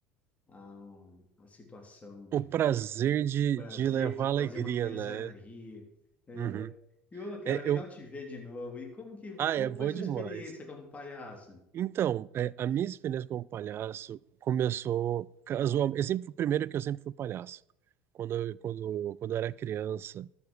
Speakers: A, on the left; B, on the right.
A: a, a situação, né?
B: O prazer de,
A: O prazer
B: de levar
A: de fazer
B: alegria,
A: uma criança
B: né?
A: rir. É,
B: Uhum.
A: E, ô, cara,
B: É,
A: legal
B: eu,
A: te ver de novo. E como que, e
B: ah,
A: como
B: é bom
A: foi a sua
B: demais.
A: experiência como palhaço?
B: Então, é, a minha experiência como palhaço começou casualmente. Eu sempre, fui- o primeiro que eu sempre fui palhaço. Quando, eu- quando, quando eu era criança.